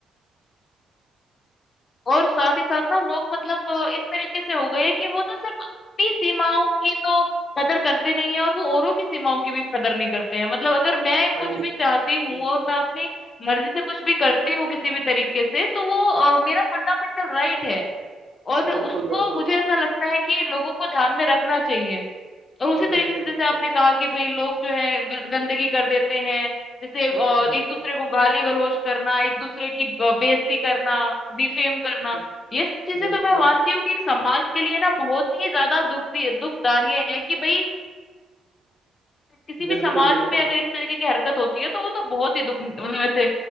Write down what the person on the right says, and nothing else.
भाई
हम्म,
बिल्कुल बिल्कुल
बिल्कुल
बिल्कुल
हम्म,
बिल,
बिल्कुल
बिल्कुल
बिल्कुल
बिल्कुल